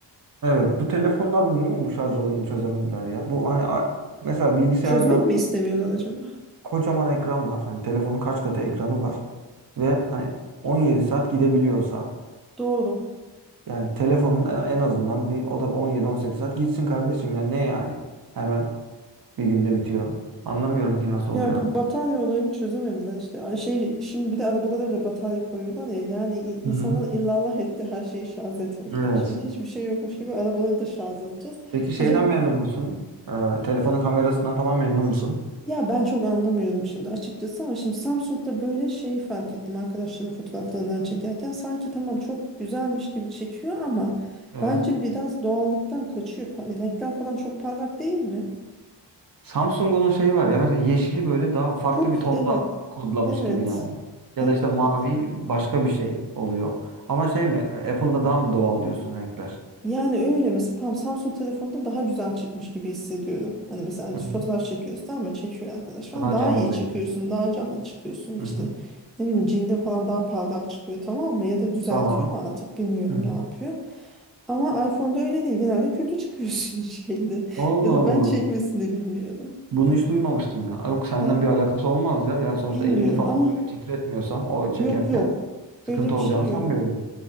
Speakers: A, on the right; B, in the centre.
A: evet bu telefonlar niye bu şarj olayını çözemediler ya? Bu hani a- mesela bilgisayarda
B: Çözmek mi istemiyorlar acaba?
A: kocaman ekran var. Hani telefonun kaç katı ekranı var. Ve hani 17 saat gidebiliyorsa
B: Doğru.
A: yani telefonun en en azından bir o da 17-18 saat gitsin kardeşim ya ne yani? Hemen bir günde bitiyor. Anlamıyorum ki nasıl
B: Ya
A: oluyor.
B: bu batarya olayını çözemediler işte. Ay Şey, şimdi bir de arabalara bile batarya koyuyorlar ya. Yani in- insanlar
A: Hı hı.
B: illallah etti her şeyi şarj etmekten.
A: Evet.
B: Şimdi hiçbir şey yokmuş gibi arabaları da şarj edeceğiz.
A: Peki şeyden
B: Acaba
A: memnun musun? Ee, telefonun kamerasından falan memnun musun?
B: Ya ben çok anlamıyorum şimdi açıkçası ama şimdi Samsung'da böyle şeyi fark ettim arkadaşların fotoğraflarından çekerken sanki tamam çok güzelmiş gibi çekiyor ama
A: Evet.
B: bence biraz doğallıktan kaçıyor. Pa- Renkler falan çok parlak değil mi?
A: Samsung'un o şeyi var ya mesela yeşili böyle daha farklı
B: Çok
A: bir tonda
B: evet
A: kodlamış
B: evet
A: gibi yani. Ya
B: evet
A: da işte mavi
B: evet
A: başka bir şey oluyor. Ama şey mi? Apple'da daha mı doğal diyorsun renkler?
B: Yani öyle mesela tam Samsung telefonda daha güzel çıkmış gibi hissediyorum. Hani mesela
A: Hı
B: fotoğraf
A: hı.
B: çekiyoruz tamam mı? Çekiyor arkadaş falan.
A: Daha
B: Daha
A: canlı
B: iyi çıkıyorsun,
A: renkli.
B: daha canlı çıkıyorsun. İşte
A: Hı hı.
B: ne bileyim cildin falan daha parlak çıkıyor tamam mı? Ya da düzeltiyor
A: Tamam.
B: mu artık bilmiyorum
A: Hı hı.
B: ne yapıyor. Ama iPhone'da öyle değil. Genelde kötü çıkıyorsun <laughs> şeyde.
A: Allah
B: Ya da
A: Allah.
B: ben çekmesini bilmiyorum.
A: Bunu hiç duymamıştım ya. Yok senden
B: Ya
A: bir alakası olmaz ya. Yani sonuçta
B: bilmiyorum
A: elini falan
B: ama
A: böyle titretmiyorsan o çekerken
B: yok yok.
A: sıkıntı
B: Öyle bir
A: olacağını
B: şey
A: sanmıyorum.
B: yok.